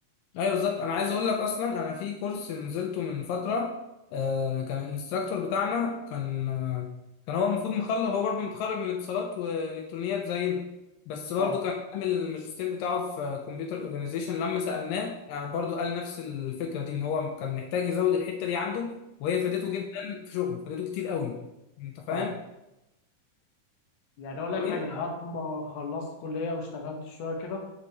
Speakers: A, on the left (about 80°); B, on the left (about 65°).
A: ايوه بالظبط انا عايز اقول لك اصلا انا في كورس نزلته من فتره آه كان الانستراكتور بتاعنا كان آه كان هو المفروض مخلص هو برضه متخرج من اتصالات والكترونيات زينا بس برضه
B: اه
A: كان عامل الماجستير بتاعه في كمبيوتر اورجانيزيشن لما سالناه يعني برضه قال نفس الفكره دي ان هو كان محتاج يزود الحته دي عنده وهي فادته جدا في شغله فادته كتير قوي انت فاهم؟
B: اه يعني اقول لك
A: طب إنت-
B: حاجه أنا بعد ما خلصت كليه واشتغلت شويه كده